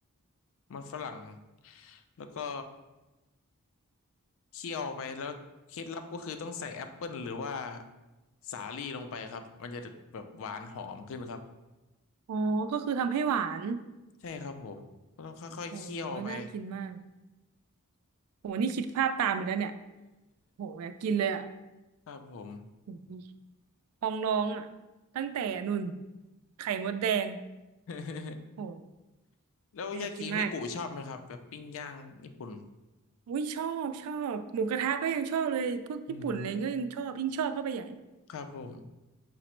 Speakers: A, on the left; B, on the right.
A: มันฝรั่งแล้วก็เคี่ยวไปแล้วเคล็ดลับก็คือต้องใส่แอปเปิลหรือว่าสาลี่ลงไปครับมันจะแบบหวานหอมขึ้นครับ
B: อ๋อก็คือทำให้หวาน
A: ใช่ครับผมก็ต้องค่อยๆเคี่ยวไป
B: โหน่ากินมากโหนี่คิดภาพตามเลยนะเนี่ยโหอยากกินเลยอ่ะ
A: <laughs> ครับผม
B: โหพองร้องอ่ะตั้งแต่นุ่นไข่มดแดง
A: <laughs>
B: โห
A: แล้วยากินิกุชอบไหมครับแบบปิ้งย่างญี่ปุ่น
B: อยากกินมากอุ้ยชอบชอบหมูกระทะก็ยังชอบเลยพวกญี่ปุ่นอะไรก็ยังชอบยิ่งชอบเข้าไปใหญ่
A: อืมครับผม